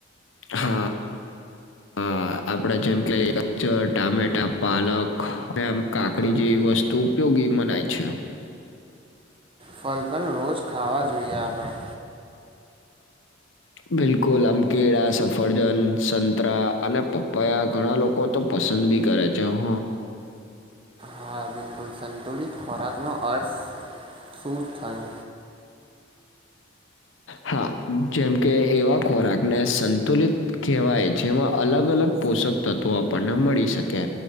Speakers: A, on the left; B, on the right.
A: હા હા આપડે જેમ કે ગજર ટામેટા પાલક આમ કાકડી જેવી વસ્તુ તો ઉપયોગી મનાય છે
B: ફલ પણ રોજ ખાવા જોઈએ આપણે
A: બિલકુલ આમ કેળા સફરજન સંતરા અને પપ્પાયા ઘણા લોકો કો તો પસંદ ભી કરે છે હ
B: હા બિલકુલ સંતુલિત ખોરાકનો અર્થ શું થયો
A: હા જેમ કે એવા ખોરાકને સંતુલિત કહેવાય જેમાં અલગ અલગ પોષક તત્વો આપણને મળી શકે